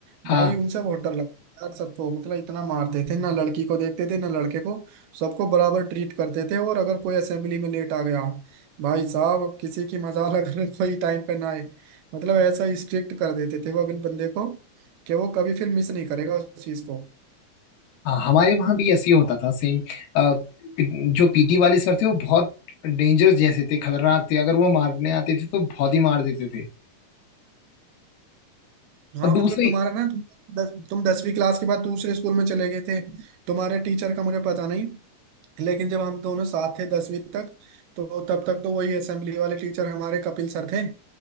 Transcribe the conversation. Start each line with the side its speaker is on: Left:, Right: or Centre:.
Left: हाँ
Right: भाई उनसे बहुत डर लगता था यार सबको मतलब इतना मारते थे ना लड़की को देखते थे ना लड़के को सबको बराबर ट्रीट करते थे और अगर कोई असेंबली में लेट आ गया भाई साहब किसी की मजाल अगर <laughs> कोई टाइम पे ना आए मतलब ऐसा स्ट्रिक्ट कर देते थे वो अपने बंदे को कि वो कभी फिर मिस नहीं करेगा उस चीज को
Left: हाँ हमारे वहाँ भी ऐसे ही होता था सेम जो पीटी वाले सर थे वो बहुत डेंजरस जैसे थे खतरनाक थे अगर वो मारने आते थे तो बहुत ही मार देते थे
Right: हाँ
Left: और दूसरा
Right: मतलब तुम्हारा ना तुम दस, तुम दसवीं क्लास के बाद दूसरे स्कूल में चले गए थे तुम्हारे टीचर का मुझे पता नहीं लेकिन जब हम दोनों साथ थे दसवीं तक तो तब तक तो वही असेंबली वाले टीचर हमारे कपिल सर थे